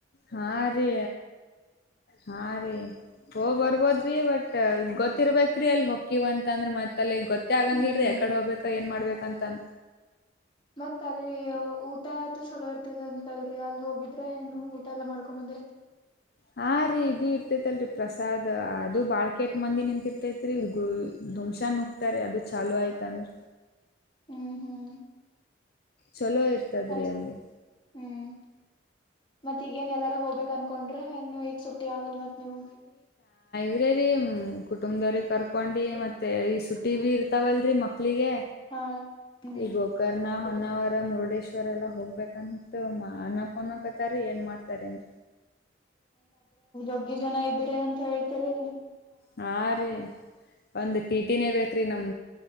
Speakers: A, on the left; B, on the left.
A: ಹಾ ರೀ ಹಾ ರೀ ಹೋ ಬರ್ಬೋದ್ರಿ ಬಟ್ ಗೊತ್ತಿರ್ಬೇಕ್ರೀ ಅಲ್ಲಿ ಹೊಕಿವವ್ ಅಂತ ಅಂದ್ರ ಮತ್ತೆ ಅಲೆ ಗೊತ್ತ ಆಗಂಗಿಲ್ಲಲ್ರಿ
B: ಹ್ಮ್
A: ಎಕಾಡೆ ಹೋಗ್ು ಏನ್ ಮಾಡ್ಬೇಕು ಅಕಂತ
B: ಮತ್ತ್ ಅಲ್ಲಿ ಊಟತೂ ಚಲೋ ಇರ್ತದ ಅಂತಲ್ರಿ ಅಲ್ ಹೋಗಿದ್ರೆ ಏನು ಊಟ ಎಲ್ಲಾ ಮಾಡ್ಕೊ ಬಂದ್ರಿ
A: ಹ ರರಿ ಇದು ಇರ್ತೇತ್ಲ್ರಿ ಪ್ರಸಾದ್ ಅದು ಬಾಳ್ ಕೆಟ್ಟ ಮಂದಿ ನಿಂತಿರ್ತೇತ್ರಿ ದುಮ್ಸಾನ್ ನುಗ್ತಾರೀ ಅದು ಚಾಲುೂ ಆಯ್ತಂದ
B: ಹ್ಮ್ ಹ್ಮ್
A: ಚಲೋ ಇರ್ತದ್ರಿ
B: ಆಯ್ತ್
A: ಅಲ್ಲಿ
B: ಹ್ಮ್ ಮತ್ತ ಈಗೇನ್ ಎಲ್ಲಾರ ಹೋಗ್ಬೇಕ ಅನ್ಕೊಂಡ್ರೆ ಹನ್ನುೋ ಸ ಆಗಲ್ ಮತ್ ನಿಮ
A: ಇ್ರೀ ಕುಟುಂಬದವ್ರಿಗೆ ಕರ್ಕೊಂಡಿ ಮತ್ತೆ ಈ ಸು ಟಿವಿ ಇರ್ತಾವಲ್ರಿ ಮಕ್ಳಿಗೆ
B: ಹಾ ಹ್ಮ್
A: ಈಗೋಕರ್ನ ಹೊ ನಾವರ ಮುರುಡೇಶ್ವರ ಎಲ್ಲಾ ಹೋಗ್ಬೇಕಂತ ಅನ್ನಕನಕತಾರ ಏನ್ ಮಾಡ್ತಾರನ್
B: ದು ಜನ ಇದ್ದ್ರ ಅಂತ ಹೇಳ್ತರಿ
A: ಹಾ ರೀ ಒಂದ್ ಟಿ ಟಿನೇ ಬೇಕ್ರಿ ನಮ್